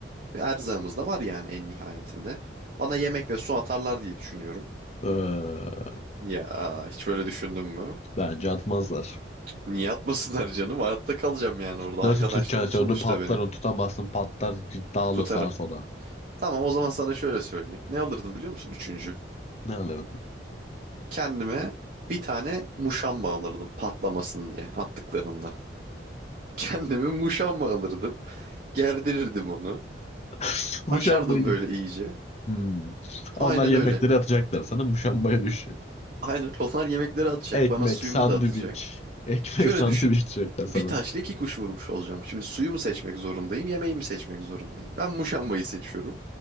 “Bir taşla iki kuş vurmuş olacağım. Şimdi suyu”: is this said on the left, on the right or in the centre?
Right